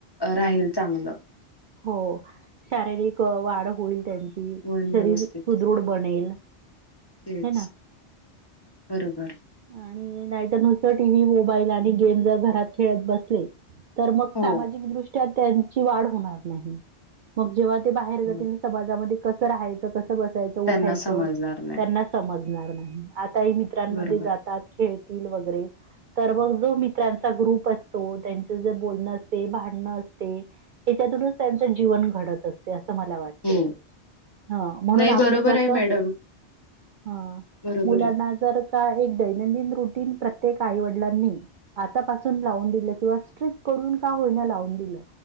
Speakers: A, on the left (about 25°); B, on the right (about 60°).
A: अ राहील चांगलं.
B: हो शारीरिक वाढ होईल त्यांची
A: होईल
B: शरीर
A: व्यवस्थित
B: सुदृढ बनेल.
A: तेच
B: हे ना
A: बरोबर.
B: आणि नाहीतर नुसत टीव्ही मोबाईल आणि गेम जर घरात खेळत बसले. तर मग
A: हो
B: सामाजिकदृष्ट्या त्यांची वाढ होणार नाही मग जेव्हा ते बाहेर
A: हं.
B: समाजामध्ये कसं राहायचं कसं बसायचं उठायचं
A: त्यांना समजणार नाही
B: त्यांना समज समजणार नाही आताही मित्रांमध्ये
A: बरोबर
B: जातात खेळतील वगैरे. तर मग जो मित्रांचा ग्रुप असतो त्यांचे जे बोलणं असते, भांडणं असते त्यातूनच त्यांचं जीवन घडत असते. अस मला वाटते
A: हो
B: ह म्हणून
A: नाही
B: आपण
A: बरोबर
B: कसं.
A: आहे मॅडम
B: हा
A: बरोबर
B: मुलांना
A: आहे
B: जर का हे रुटिन प्रत्येक आई वडीलांनी आतापासून लाऊन दिलं कि किंवा स्ट्रिक्ट करून का होईना <unintelligible> दिलं.